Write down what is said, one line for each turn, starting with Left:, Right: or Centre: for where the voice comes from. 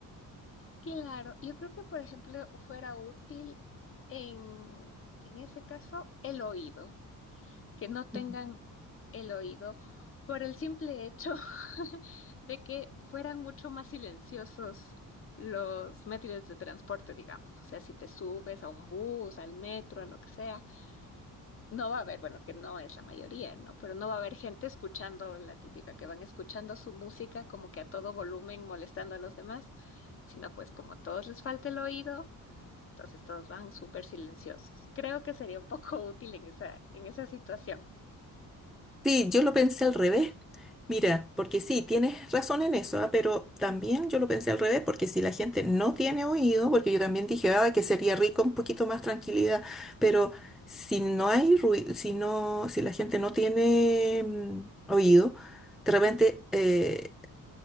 Left: Claro, yo creo que por ejemplo fuera útil en, en ese caso el oído, que no tengan
Centre: Ujú.
Left: el oído por el simple hecho <laughs> de que fueran mucho más silenciosos los métodos de transporte, digamos. O sea, si te subes a un bus, al metro, a lo que sea no va a haber, bueno, que no es la mayoría, ¿no? Pero no va a haber gente escuchando la típica, que van escuchando su música como que a todo volumen molestando a los demás, sino pues como a todos les falta el oído, entonces todos van súper silenciosos. Creo que sería un poco útil en esa, en esa situación. <laughs>
Centre: Sí, yo lo pensé al revés. Mira, porque sí, tienes razón en eso, ah, Pero también yo lo pensé al revés, porque si la gente no tiene oído, porque yo también dije, ah, que sería rico un poquito más tranquilidad, pero si no hay ruido, si no, si la gente no tiene mm, oído, de repente, eh,